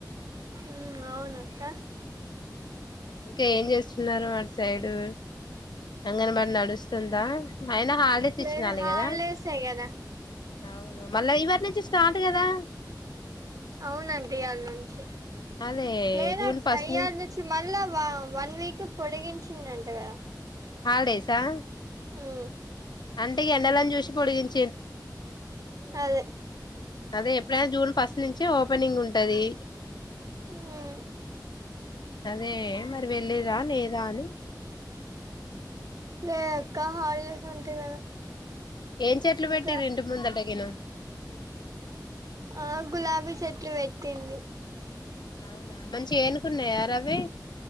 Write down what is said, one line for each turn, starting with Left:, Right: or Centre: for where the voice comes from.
Right: హ అవున అక్క
Left: ఇంకా ఏం చేస్తున్నారు వా సైడు అంగన్బడి నడుస్తుందా ఆయన హాలిడేస్
Right: లేదు
Left: ఇచ్చినాలి
Right: హాలిడేసే
Left: కదా
Right: కదా
Left: అవును మల్ల ఇవల నుంచి స్టార్ట్ కదా
Right: అవునండి ఇయాల నుంచి చె
Left: అదే
Right: లేదు
Left: జూన్
Right: అక్క
Left: ఫస్ట్
Right: ఇయ్యాల
Left: ను
Right: నుంచి మళ్ళ వన్ వీక్ పొడిగించిందంట కదా
Left: హాలిడేస్ ఆ
Right: ఉమ్
Left: అంటే ఎండలు అని చూసి పొడిగించి
Right: అదే
Left: అదే ఎప్పుడైనా జూన్ ఫస్ట్ నుంచి ఓపెనింగ్ ఉంటది
Right: ఉమ్
Left: అదే మరివే తె లేదా లేదా అని
Right: లే అక్క హడలేసు ఉంటే కదా
Left: ఏం చెట్లు పెట్టి
Right: ఇంకా
Left: ఇంటి ముందటగనా
Right: ఆ గులాబీ చెట్లు పెట్టింది
Left: అవునా మంచిగా ఏనుకున్నాయా రా అవి